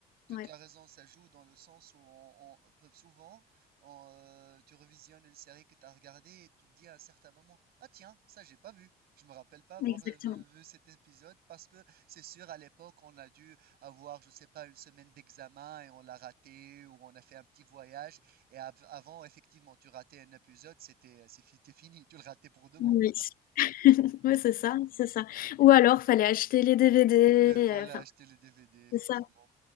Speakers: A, on the right; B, on the left.
A: Tu
B: Ouais,
A: tu as raison, ça joue dans le sens où on, on peut souvent, on, euh, tu revisionnes une série que tu as regardée et tu te dis à un certain moment, ah tiens, ça j'ai pas vu. Je me rappelle pas avoir
B: exactement.
A: vu, vu cet épisode parce que c'est sûr à l'époque on a dû avoir, je sais pas, une semaine d'examen et on l'a raté ou on a fait un petit voyage et av- avant effectivement tu ratais un épisode, c'était c'était fini, tu le ratais pour de bon.
B: Oui.
A: <laughs>
B: <laughs> Ouais c'est ça, c'est ça. Ou alors, fallait acheter les DVD.
A: Le voilà,
B: euh, Enfin,
A: acheter les DVD effectivement.
B: c'est ça,